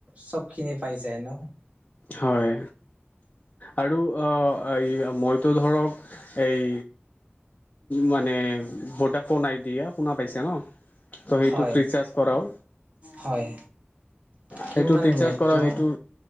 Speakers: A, on the right; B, on the left.
A: চবখিনি পাই যায় ন
B: হয় আৰু অ এই মইতো ধৰক এই মানে ভোদাফোন আইদিয়া শুনা পাইছা ন ত' সেইটোত
A: হয়
B: ৰিচাৰ্জ কৰাও
A: হয় কিমান
B: সেইটোত ৰিচাৰ্জ
A: নেটটো
B: কৰা সেইটো